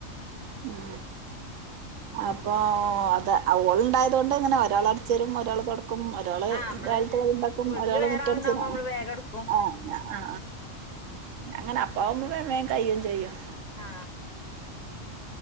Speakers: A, on the right; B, on the left.
A: ഉം അപ്പൊ അത് ഓളുണ്ടായതുകൊണ്ട് ഇങ്ങനെ ഒരാൾ അടിച്ചരും ഒരാൾ തൊടക്കും ഒരാള്
B: ആഹ് നമ്മള്
A: രാലത്തെ കടിഇണ്ടാക്കും
B: വീട്ടില്
A: ഒരാള്
B: വേറെ
A: മിറ്റടിച്തരും
B: ആളുണ്ടാവുമ്പോ നമ്മള് വേഗം എടുക്കും
A: ആ ആ അങ്ങനെ അപ്പാവുമ്പോ വേം വേം കയ്യും ചെയ്യും
B: ആഹ്